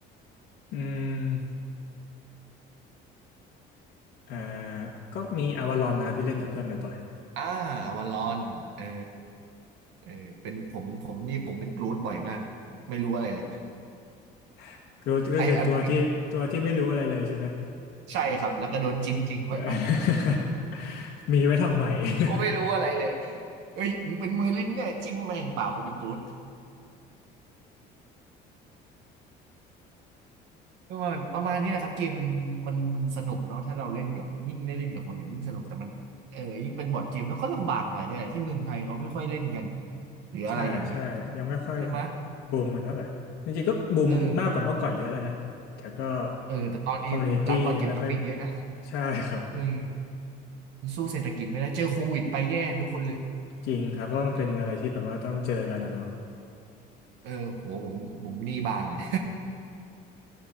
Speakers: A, on the left; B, on the right.
A: อืมเอ่อก็มีอวาลอนนะครับที่เล่นกับเพื่อนบ่อย
B: อ่าวาลอนเออเออเป็นผมผมนี่ผมเป็นกรูดบ่อยมากไม่รู้อะไรเลย
A: ๆก็ก็คือตัวที่ตัวที่ไม่รู้อะไรเลยใช่ไหม
B: I a มใช่ครับแล้วก็โดนจิ้มจริงบ่อยมาก
A: <laughs> มีไว้ทำไม
B: เขาไม่รู้อะไรเลย
A: <laughs>
B: เฮ้ยมึงเป็นมือลิ้นเนี่ยจิ้มแม่งเปล่ากูเป็นกรูดประมาณประมาณนี้แหละครับเกมมันมันมันสนุกเนาะถ้าเราเล่นกับยิ่งได้เล่นกับคนอื่นยิ่งสนุกแต่มันเออยิ่งเป็นบอร์ดเกมแล้วก็ลำบากหน่อยเนี่ยแหละที่เมืองไทยเขาไม่ค่อยเล่นกันหรืออะไรอย่างนี้
A: ใช่ใช่ยังไม่ค่อย
B: ใช่ไหม
A: บูมกันเท่าไหร่จริงๆก็บูมมากกว่าเมื่อก่อนเยอะแล้วนะแต่ก็
B: เออเออแต่ตอนนี้ร้านบอร์ดเกมก็ปิดเยอะนะ
A: คอมมูนิตี้ยังไม่ค่อยใช่ครับ
B: อืมมันสู้เศรษฐกิจไม่ได้เจอโควิดไปแย่ทุกคนเลย
A: จริงครับเพราะมันเป็นอะไรที่แบบว่าต้องเจอกันนะเนาะ
B: เออเออโหผมผมหนี้บานเลย